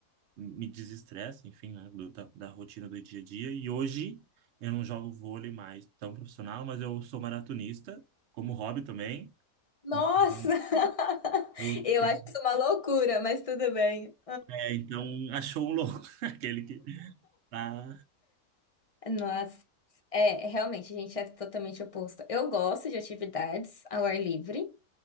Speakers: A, on the right; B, on the left.
A: me desestressa, enfim, né, do- da, da rotina do dia a dia, e hoje eu não jogo vôlei mais tão profissional, mas eu sou maratonista, como hobby também,
B: Nossa!
A: então
B: <laughs>
A: eu
B: Eu
A: tenho,
B: acho isso uma loucura, mas tudo bem.
A: é, então <laughs> achou um louco, <laughs> aquele que tá...
B: Nossa, é, realmente, a gente é totalmente oposto. Eu gosto de atividades ao ar livre,